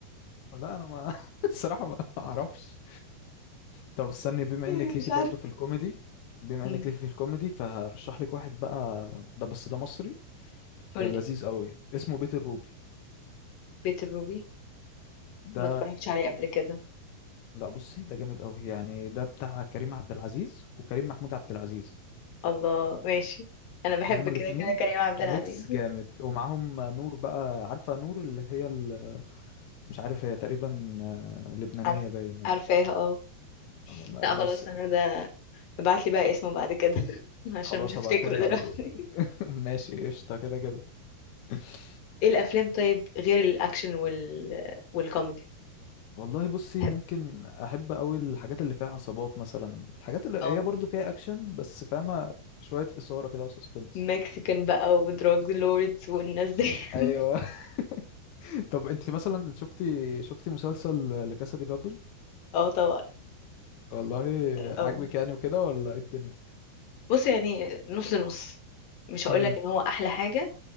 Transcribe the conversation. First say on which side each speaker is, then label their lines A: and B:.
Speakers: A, on the left (about 80°); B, on the left (about 65°).
A: لا انا ما <laughs> الصراحه ما اعرفش طب استني بما
B: <laughs>
A: انك ليكي
B: مش عارفه
A: برضو في الكوميدي بما
B: مم.
A: انك ليكي في الكوميدي فهرشح لك واحد بقى ده بس ده مصري
B: قولي
A: لذيذ قوي اسمه بيت الروبي
B: بيت الروبي
A: ده
B: ما اتفرجتش عليه قبل كده
A: لا بصي ده جامد قوي يعني ده بتاع كريم عبد العزيز وكريم محمود عبد العزيز
B: الله ماشي انا بحب
A: هما
B: كده
A: الاتنين
B: كده كريم عبد
A: ميكس
B: العزيز
A: جامد ومعاهم نور بقى عارفة نور اللي هي ال- مش عارف هي تقريبا آه، لبنانية
B: عارف
A: باين
B: عارفاها اه
A: ولا-
B: لا
A: بس
B: خلاص انا ده ابعت لي بقى اسمه بعد كده <laughs> عشان
A: خلاص
B: مش هفتكره
A: هبعتهولك
B: دلوقتي
A: على طول <laughs> ماشي قشطة كده كده <laughs>
B: ايه الافلام طيب غير الاكشن وال والكوميدي
A: والله بصي
B: بحب
A: ممكن احب قوي الحاجات اللي فيها عصابات مثلا الحاجات اللي
B: اه
A: هي برضو فيها اكشن بس فاهمه شويه اثاره كده وسسبنس
B: مكسيكان بقى ودراج لوردز والناس دي <laughs>
A: ايوه <laughs> طب انت مثلا شفتي شفتي مسلسل لا كاسا دي بابل
B: اه طبعا
A: والله
B: اه
A: عاجبك يعني وكده ولا ايه الدنيا
B: بص يعني نص نص مش هقول
A: امم
B: لك ان هو احلى حاجه